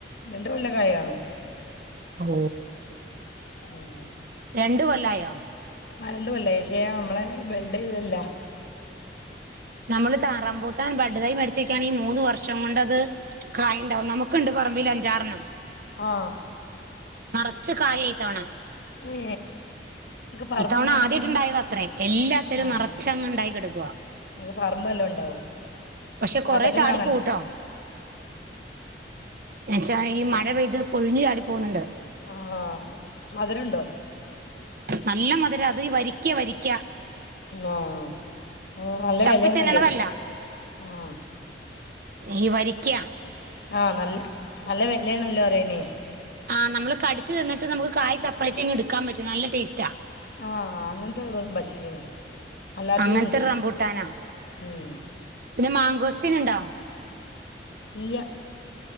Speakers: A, on the left (about 65°); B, on the right (about 55°).
A: രണ്ട് കൊല്ലക്കായി കാണും.
B: ഓ
A: ഉം
B: രണ്ട് കൊല്ലായോ?
A: ആ രണ്ടുകൊല്ലായി പക്ഷേ നമ്മളെ ബെൽഡ്യ്തല്ല.
B: നമ്മള് താ റമ്പൂട്ടാൻ ബഡ്ഡു തൈ മേടി <unintelligible> മൂന്ന് വർഷം കൊണ്ടത് കായിണ്ടാവും നമുക്കുണ്ട് പറമ്പില് അഞ്ചാറണ്ണം.
A: ആ
B: നിറച്ച് കായിയാ ഇത്തവണ.
A: ഏ നമുക്ക് പറമ്പ്
B: ഇതാണ് ആദ്യായിട്ടുണ്ടായതാത്രെ.
A: പറമ്പ്
B: എല്ലാത്തിലും
A: ആ
B: നിറച്ചങ്ങ് ഉണ്ടായി കിടക്കുവാ.
A: നമുക്ക് പറമ്പ് എല്ലാം ഉണ്ടാവും
B: പക്ഷെ
A: പാട്ടത്തിന്
B: കൊറെ ചാടി
A: വാങ്ങണം
B: പോവുട്ടോ. എന്ന്ച്ചാ ഈ മഴ പെയ്ത് പൊഴിഞ്ഞു ചാടി പോകുന്നുണ്ട്.
A: ആ. മധുരം ഉണ്ടോ?
B: നല്ല മധുരാ അത് ഈ വരിക്കയ വരിക്ക.
A: ആ. മ് നല്ല
B: ചപ്പി
A: വിലയാണല്ലോ.
B: തിന്നണതല്ല
A: ആഹ്
B: ഈ വരിക്കയാ.
A: അഹ് നല്ല നല്ല വിലയാണല്ലോ അറേന്.
B: ആഹ് നമ്മള് കടിച്ചു തിന്നിട്ട് നമുക്ക് കായ് സപ്പറേറ്റിങ് എടുക്കാൻ പറ്റും നല്ല ടേസ്റ്റാ.
A: ആ അങ്ങനത്തെത് ഭക്ഷിച്ചിന് അല്ലാത്തതുണ്ട്
B: അങ്ങനത്തെ ഒരു റംബൂട്ടാനാ
A: ഉം.
B: പിന്നെ മാങ്കോസ്റ്റീനുണ്ടോ?
A: ഇല്ല